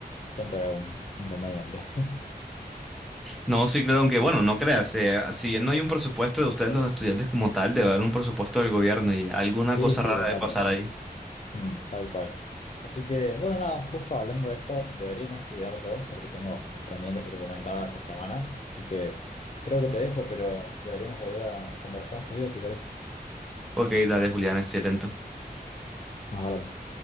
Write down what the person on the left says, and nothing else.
siempre hay algún inconveniente. <laughs>
Sí,
sí,
exacto.
Mm, tal cual. Así que, bueno, nada, justo hablando de esto, debería irme a estudiar yo porque tengo los pendientes que te comentaba esta semana, así que creo que te dejo, pero deberíamos volver a conversar en estos días si querés.
Nos hablamos.